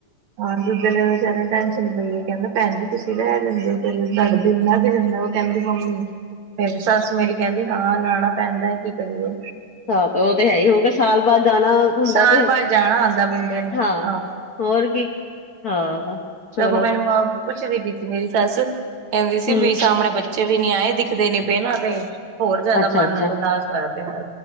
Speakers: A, on the right (about 65°); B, on the left (about 55°).
A: ਹਾਂ ਦੂਜੇ ਨੇ ਵਿਚਾਰੇ ਨੂੰ ਟੈਨਸ਼ਨ ਪਈ ਹੈ ਕਹਿੰਦਾ ਭੈਣ ਜੀ ਤੁਸੀਂ ਰਹਿ ਜਾਂਦੇ ਹੋ ਫਿਰ ਤੁਹਾਡਾ ਦਿਲ ਲੱਗ ਜਾਂਦਾ। ਉਹ ਕਹਿੰਦੀ ਮੰਮੀ ਫਿਰ ਸੱਸ ਮੇਰੀ ਕਹਿੰਦੀ ਹਾਂ ਲਾਉਣਾ ਪੈਂਦਾ ਹੈ ਕੀ ਕਰੀਏ।
B: ਹਾਂ ਤੇ ਉਹ ਤੇ ਹੈ ਹੀ ਹੁਣ ਸਾਲ ਬਾਅਦ ਜਾਣਾ ਹੁੰਦਾ
A: ਸਾਲ
B: ਤੇ
A: ਬਾਅਦ ਜਾਣਾ ਹੁੰਦਾ ਬੰਦੇ ਨੇ
B: ਹਾਂ
A: ਆਹ
B: ਹੋਰ ਕੀ ਹਾਂ। ਚਲੋ
A: ਸਗੋਂ ਮੈਨੂੰ ਮਾ ਪੁੱਛ ਰਹੀ ਸੀ ਮੇਰੀ ਸੱਸ। ਕਹਿੰਦੀ
B: ਹੂੰ
A: ਸੀ ਵੀ ਸਾਹਮਣੇ ਬੱਚੇ ਵੀ ਨੀ ਆਏ ਦਿਖਦੇ ਨੀ ਪਏ ਨਾ ਤੇ ਹੋਰ ਜ਼ਿਆਦਾ
B: ਅੱਛਾ
A: ਮਨ
B: ਅੱਛਾ
A: ਉਦਾਸ ਹੋਇਆ ਪਿਆ